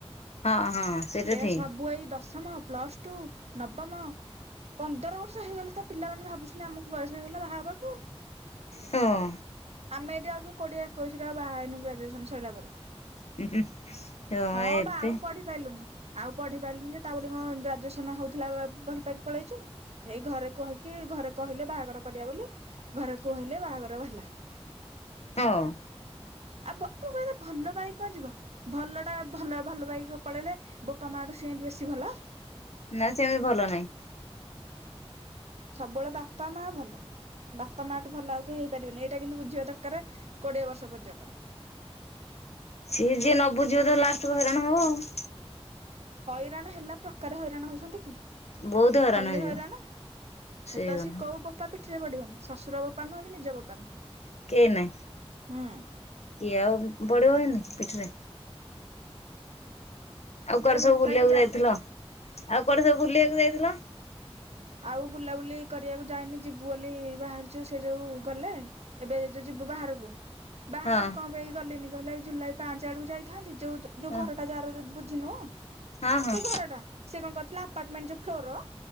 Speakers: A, on the left; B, on the right.
A: ହଁ ହଁ। ସେଇଟା
B: ଏରା
A: ଠିକ
B: ସବୁ ଏଇ ଦଶମ ପ୍ଲସ ଟୁ ନବମ। ପନ୍ଦର ବର୍ଷ ହେଇଗଲେ ତା ପିଲାମାନେ ଭାବୁଛନ୍ତି ଆମକୁ ବୟସ ହେଇଗଲା ବାହା ହବାକୁ ଆଉ।
A: ହଁ।
B: ଆମେ ଏଠି ଆ ସବୁ କୋଡିଏ ଏକୋଇଶରେ ଆ ବାହା ହେଇନୁ ଗ୍ରଜୁଏସନ ସରିଲ ପରେ।
A: <unintelligible>
B: ହଁ
A: ଏବେ
B: ବା ଆଉ ପଢି ପାଇଲୁନୁ ଆଉ ପଢି ପାରିଲୁନି ଯେ ତା କଣ ଗ୍ରାଜୁଏସନ ହଉଥିଲା ଭଲ ପାଇକି ପଳେଇଚୁ। ହେଇ ଘରେ କହିକି ଘରେ କହିଲେ ବାହାଘର କରିବା ବୋଲି ଘରେ କହିଲେ ବାହାଘର ହେଲା।
A: ହଁ।
B: ଆଉ ବ ବାପା ଭଲ ପାଇକି କଣ ଯିବ ଭଲ ତା ଭଲ ଭଲ ପାଇକି ପଳେଇଲେ ବାପା ମାଠୁ ସେ ଏମିତି ବେଶୀ ଭଲ।
A: ନା ସେମିତି ଭଲ ନାହିଁ।
B: ସବୁବେଳେ ବାପା ମା ଭଲ। ବାପା ମାଠୁ ଭଲ ଆଉ କେହି ହେଇପାରିବେନି ଏଇଟା କିନ୍ତୁ ବୁଝିବା ଦରକାର କୋଡିଏ ବର୍ଷ ପର୍ଯ୍ୟନ୍ତ।
A: ସିଏ ଯିଏ ନ ବୁଝିବ ତ ଲାଷ୍ଟ କୁ ହଇରାଣ ହବ ଆଉ।
B: ହଇରାଣ ହେଲା ପ୍ରକାରେ ହଇରାଣ ହଉଛନ୍ତି କି।
A: ବହୁତ
B: ଖାଲି
A: ହେଇଯିବ
B: ହଇରାଣ
A: ସେଇ
B: ଏତ ଆସିିକ
A: କଥା
B: କୋଉ ବୋପା ପିଠ ପିଠିରେ ପଡିବନି ଶଶୁର ବୋପା ନୁହଁ କି ନିଜ ବୋପା ନୁହଁ।
A: କେହି ନାହିଁ କିଏ ଆଉ ପଡିବ ଏଇନେ ପିଠିରେ। ଆଉ କୁଆଡେ
B: ଆରେ
A: ସବୁ
B: ଭଲ
A: ବୁଲିବାକୁ
B: ପାଇକି ଯାଅ
A: ଯାଇଥିଲ, ଆଉ କୁଆଡେ ସବୁ ବୁଲିବାକୁ ଯାଇଥିଲ?
B: ଆଉ ବୁଲାବୁଲି କରିବାକୁ ଯାଇନି ଯିବୁ ବୋଲି ବାହାରିଛୁ ସେ ଯୋଉ ଗଲେ ଏବେ ଯୋଉ ଯିବୁ ବାହାରକୁ। ବାହାରକୁ
A: ହଁ
B: କଣ ପାଇଁ ଗଲିନି କହିଲେ ଏଇ ଜୁଲାଇ ପାଞ୍ଚ ଆଡକୁ ଯାଇଥାନ୍ତି। ଯୋଉ ଯୋଉ
A: ହଁ
B: ଘରଟା ଯାହାର ବୁଝିନୁ
A: ହଁ ହଁ
B: ତୋ ଘର ଟା ସେ କଣ କରିଥିଲା ଆପାର୍ଟମେଣ୍ଟ ଯୋଉ ଫ୍ଲୋରର